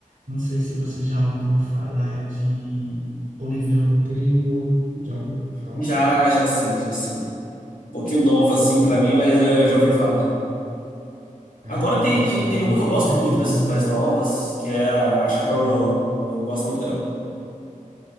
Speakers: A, on the right (about 70°); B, on the left (about 75°).
A: Não sei se você já ouviu falar de Olivia Rodrigo. Já ouviu falar?
B: Já, já sim, já sim. Um pouquinho nova, assim,
A: Pronto.
B: pra mim, mas eu já ouvi falar.
A: Ah,
B: Agora tem,
A: eu acho
B: tem,
A: ela
B: tem
A: muito
B: uma que eu gosto
A: perfeita.
B: muito dessas mais novas, que é a, a Chappell Roan. Eu gosto muito dela.